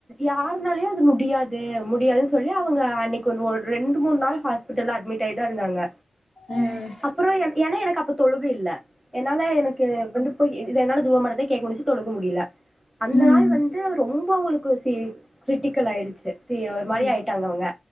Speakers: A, in the centre; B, on the left.
A: யாருனாலயு அது முடியாது முடியாதுன்னு சொல்லி அவங்க அன்னைக்கு ஒன்னு ஒரு ரெண்டு மூணு நாள் ஹ பிட்ல்ல அட்மிட் ஆய்தா இருந்தாங்க
B: ம்
A: அப்றோ என் ஏன்னா எனக்கு அப்ப தொழுக இல்ல என்னால எனக்கு வந்து இப்போ இ இத என்னால துவ மார்ரதா கேக்க முடிஞ்சு தொழுக முடியல
B: ம்
A: அந்த நாள் வந் து ரொம்ப அவங்களுக்கு சி கிரிட்டிக்கல் ஆய்டுச்சு சி ஒரு மாரி
B: ம்
A: ஆய்ட்டாங்க அவங்க